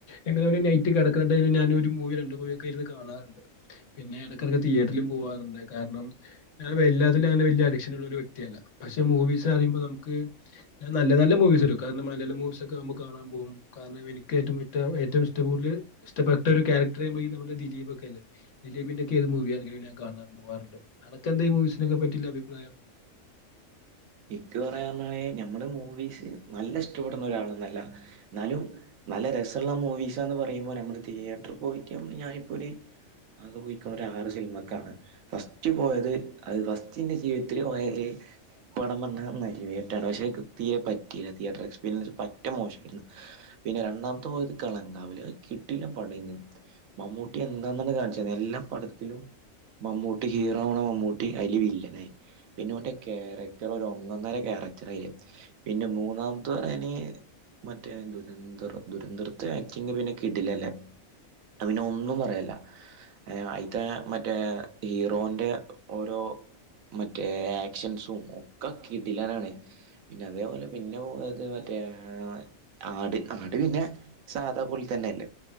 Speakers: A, on the left; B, on the right.
A: എങ്ങനെ നൈറ്റ് ക കെടക്ക്ന്ന്ട്ടെലും ഞാൻ ഒരു മൂവോ രണ്ട് മൂവോ ഒക്കെ ഇര്ന്ന് കാണാർ ഇണ്ട് പിന്നെ എടക്ക് എടക്ക് തിയേറ്ററിലും പോവാർണ്ട് കാരണം ഞാൻ വല്ലാത്തിലും അങ്ങനെ വല്ലിയ അഡിക്ഷൻ ഉള്ള ഒരു വ്യക്തിയല്ല പക്ഷെ മൂവീസ് പറിമ്പം നമുക്ക് ഞ നല്ല നല്ല മൂവീസ്ട്ടോ കാരണം മലയാള മൂവീസ് ഒക്കെ ഞമ്മക്ക് കാണാൻ പോവും കാരണം എനിക്ക് ഏറ്റവും ഇഷ്ടാവും ഏറ്റവും ഇഷ്ടം കൂട്തെൽ ഇഷ്ടപ്പെട്ട ഒരു ക്യാരക്ടർ ചെയുമ്പോ നമ്മളെ ദിലീപ് കൊല്ലേ ദിലീപിന്റെ ഒക്കെ എത് മൂവി അണങ്കിലുംഞാൻ കാണൻ പോകാറുണ്ട് അനക്കെന്താ ഈ മൂവിസിനൊക്കെ പറ്റില്ല അഭിപ്രായം
B: <unintelligible> ഇക്ക് പറയാന്ന ഞമ്മളെ മൂവീസ് നല്ല ഇഷ്ടപ്പെടുന്ന ഒരാളന്നല്ല ഇന്നാലും നല്ല രസ ഇള്ള മൂവീസാന്ന് പറിയുമ്പോ നമ്മൾ തിയേറ്റർ പോയിട്ട് ഞമ്മൾ ഞാനിപ്പോ ഒര് ആകെ പോയിക്ക്ണെ ഒര് ആറ് സിനിമക്കാണ് ഫസ്റ്റ് പോയത് അത് ഫസ്റ്റ് ഇന്റെ ജീവിതത്തിൽ പോയത് പടം വന്നെർണെ നരിവേട്ടയാണ് പക്ഷെ ഇക്ക് തീരെ പറ്റീലാ തിയേറ്റർ എക്സ്പീരിയൻസ് പറ്റെ മോശായിര്ന്ന് പിന്നെ രണ്ടാമത്തെ പോയത് കിളങ്കാവിൽ അത് കിടിലെൻ പടെയ്ന്നു മമ്മൂട്ടി എന്താന്നെന്നെ കാൺച്ചെര്നം എല്ലാ പടത്തിലും മമ്മൂട്ടി ഹീറോ ആവണോ മമ്മൂട്ടി അയിൽ വില്ലനായി പിന്നെ ഓന്റെ കാരക് ടർ ഒന്നൊന്നര ക്യാരക്ടർ അയിൽ പിന്നെ മൂന്നാമത്തെ അയിൻ മറ്റേ ദുരന്തർ ദുരന്തർ ജാക്കിങ്ങ് പിന്നെ കിടിലം അല്ലേ അയ് പിന്നെ ഒന്നും പറയാ ഇല്ല ഏ അയിത്തെ മറ്റേ ഹീറോന്റെ ഓരോ മറ്റേ എക്ഷൻസും ക്കെ കിടിലാനാണ് പിന്നെ അതേപോലെ പിന്നെ പോയത് മറ്റേ ഏ ആട് ആട് പിന്നെ സാധാ പോലി തന്നെയ അല്ലേ